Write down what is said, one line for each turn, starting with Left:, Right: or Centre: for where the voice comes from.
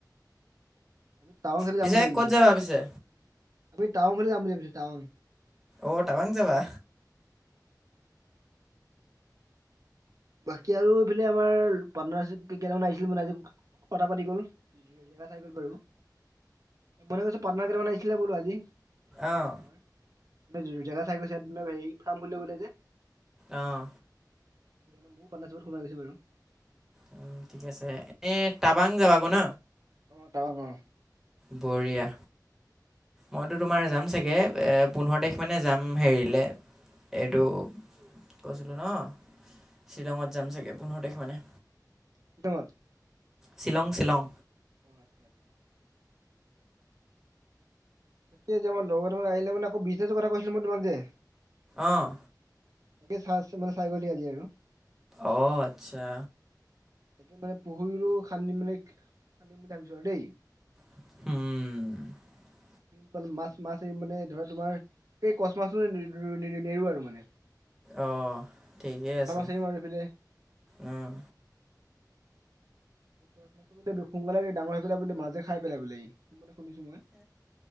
Right: আমি টাৱাং ছাইডে
Centre: পিছে
Right: যাম বুলি ভাবিছো,
Centre: ক'ত যাবা পিছে
Right: আমি টাৱাং ফালে যাম বুলি ভাবিছো টাৱাং।
Centre: ঔ টাৱাং যাবা।
Right: বাকী আৰু এইফালে আমাৰ পাৰ্টনাৰশ্বিপ কেইটামান আহিছিল মানে আজি কথা পাতি গ'ল। জো চাই গ'ল বাৰু মনে কৈছে পাটনাৰ কেইটামান আহিছিলে বোলো আজি। ঘৰত
Centre: অঁ
Right: আমাৰ জেগা চাই গৈছে ইয়াত মানে হেৰি ফাৰ্ম খুলে লে বোলে যে।
Centre: অঁ
Right: সেইকাৰণে মোৰ পাৰ্টনাৰশ্বিপত সোমাই গৈছো বাৰু।
Centre: উম ঠিক আছে, এনে টাবাং যাব গৈ ন।
Right: অ‍ঁ টাৱাং অঁ।
Centre: বঢ়িয়া। মইতো তোমাৰ যাম চাগে, এ পোন্ধৰ তাৰিখ মানে যাম হেৰিলে। এইটো কৈছিলো ন। শ্বিলঙত যাম চাগে পোন্ধৰ তাৰিখে মানে।
Right: সেইটা বত। <unintelligible>
Centre: শ্বিলং শ্বিলং।
Right: অ আচ্ছা আচ্ছা একেই যে আমাৰ লগৰ কেইটামান আহিলে মান আকৌ বিজনেছো কথা কৈছিলো মই তোমাক যে।
Centre: অহ।
Right: তাকে চাই মানে চাই গ'লি আজি আৰু।
Centre: অ আচ্ছা।
Right: তাকে মানে পুখুৰীৰো খান্দি মানে খান্দিম বুলি ভাবিছো আৰু দেই।
Centre: উম
Right: কন মাছ মাছ মানে ধৰা তোমাৰ এই কচ মাছো নেৰো আৰু মানে।
Centre: অঁ ঠিকেই
Right: চন্দা
Centre: আছে
Right: মাছ এইম আৰু এইফালে
Centre: উম,
Right: বোলে দুখ সোনকালে ডাঙৰ হৈ পেলাই বুলিলে মাজে খাই পেলাই বোলে ই মানে শুনিছো মই